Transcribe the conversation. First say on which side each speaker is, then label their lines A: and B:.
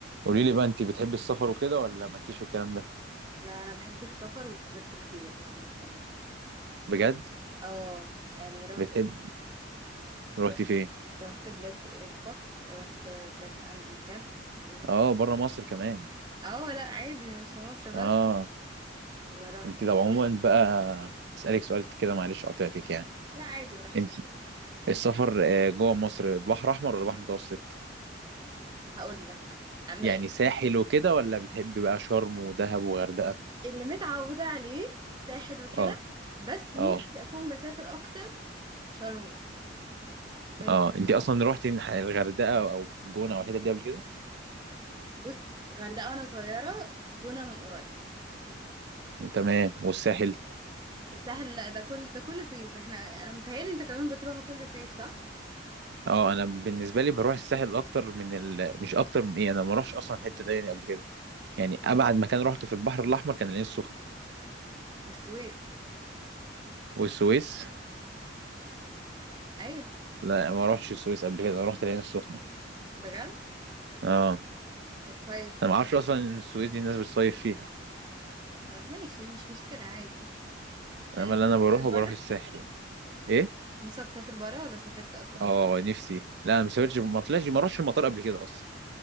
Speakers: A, on the right; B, on the right.
A: قولي لي بقى انت بتحبي السفر وكده ولا مالكيش في الكلام ده
B: لا انا بحب السفر وسافرت كتير عامه يعني
A: بجد
B: اه يعني رحت
A: بتحب روحتي
B: رحت
A: فين
B: رحت بلاد في اوروبا ورحت بلاد في امريكا ورحت
A: اه بره مصر كمان
B: اه لا عادي مش في مصر بس
A: اه
B: ورحت
A: انت طب
B: بلاد
A: عموما بقى هسألك سؤال كده معلش قطعتك يعني
B: لا عادي رحت
A: انت السفر آه، جوه مصر بحر احمر ولا بحر متوسط
B: هقول لك أما
A: يعني ساحل وكده ولا بتحبي بقى شرم ودهب وغردقة
B: اللي متعوده عليه ساحل وكده
A: اه
B: بس نفسي
A: اه
B: اكون بسافر اكتر شرم وكده وانت
A: اه انت اصلا روحتي نح- الغردقة او جونة او الحتت دي قبل كده
B: بص غردقه وانا صغيره جونه من قريب
A: تمام والساحل
B: الساحل لا ده كل ده كل صيف احنا انا متهيألي انت كمان بتروحوا كل صيف صح
A: اه انا بالنسبه لي بروح الساحل اكتر من ال... مش اكتر من ايه انا ما اروحش اصلا حته تانية قبل كده يعني ابعد مكان روحته في البحر الاحمر كان العين السخنه
B: والسويس
A: والسويس
B: ايوه
A: لا ما روحتش السويس قبل كده انا روحت العين السخنه
B: بجد
A: اه
B: طب كويس والله
A: انا ما اعرفش اصلا ان السويس دي الناس بتصيف فيها
B: آه، ماشي مش مشكلة عادي
A: انا
B: نفسك
A: اللي
B: تسافر
A: انا بروحه
B: بره
A: بروح الساحل ايه
B: نفسك تسافر بره ولا سافرت أصلا
A: اه نفسي لا انا ما سافرتش ما طلعتش ما روحتش المطار قبل كده اصلا